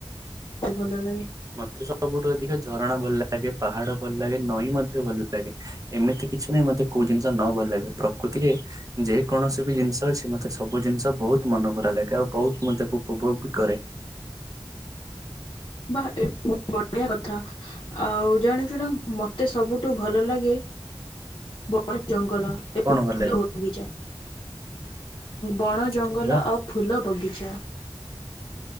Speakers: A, on the left; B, on the right.
A: ଭଲ ଲାଗେ।
B: ମତେ ସବୁଠୁ ଅଧିକ ଝରଣା ଭଲ ଲାଗେ, ପାହାଡ ଭଲ ଲାଗେ, ନଈ ମଧ୍ୟ ଭଲ ଲାଗେ, ଏମିତି କିଛି ନାହିଁ ମତେ କୋଉ ଜିନିଷ ନ ଭଲ ଲାଗେ ପ୍ରକୃତିରେ ଯେକୌଣସି ବି ଜିନିଷ ଅଛି ମତେ ସବୁ ଜିନିଷ ବହୁ ବହୁତ ମନ ଭରା ଲାଗେ ଆଉ ବହୁତ ମୁଁ ତାକୁ ଉପଭୋଗ ବି କରେ।
A: ବାହ ଏଟା ବହୁତ ବଢିଆ କଥା। ଆଉ ଜାଣିଛୁ ନା ମତେ ସବୁଠୁ ଭଲ ଲାଗେ ବନ ଜଙ୍ଗ ଗଲ ଏବଂ
B: କଣ ଭଲ
A: ଫୁଲ
B: ଲାଗେ
A: ବଗିଚା। ବଣ ଜଙ୍ଗଲ
B: ଆରେ ବା
A: ଆଉ ଫୁଲ ବଗିଚା।